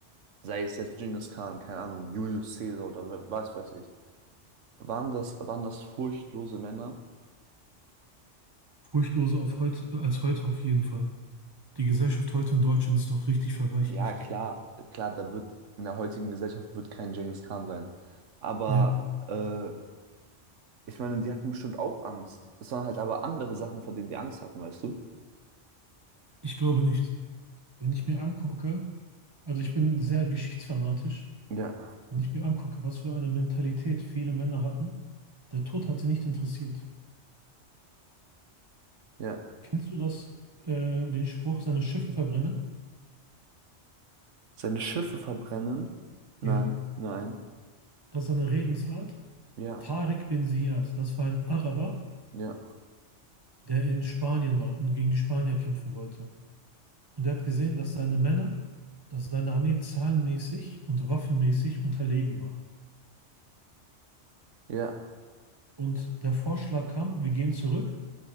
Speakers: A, on the right (about 85°); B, on the right (about 25°).
A: sei es jetzt Genghis Khan, keine Ahnung, Julius Caesar oder we- was weiß ich, waren das, waren das furchtlose Männer?
B: Furchtloser auf heut, als heute auf jeden Fall. Die Gesellschaft heute in Deutschland ist doch richtig verweichlicht.
A: Ja, klar, klar, da wird in der heutigen Gesellschaft wird kein Genghis Khan sein. Aber
B: Ja,
A: äh, ich meine, die hatten bestimmt auch Angst. Es waren halt aber andere Sachen, vor denen die Angst hatten, weißt du?
B: ich glaube nicht. Wenn ich mir angucke, also ich bin sehr geschichtsfanatisch,
A: Ja,
B: wenn ich mir angucke, was für eine Mentalität viele Männer hatten, der Tod hat sie nicht interessiert.
A: ja.
B: Kennst du das, äh, den Spruch, seine Schiffe verbrennen?
A: Seine Schiffe verbrennen? Nein,
B: Ja.
A: nein.
B: Das ist eine Redensart.
A: Ja,
B: Tariq bin Ziyad, das war ein Araber,
A: ja,
B: der in Spanien war und gegen die Spanier kämpfen wollte. Und er hat gesehen, dass seine Männer, dass seine Armee zahlenmäßig und waffenmäßig unterlegen war.
A: ja,
B: Und der Vorschlag kam, wir gehen zurück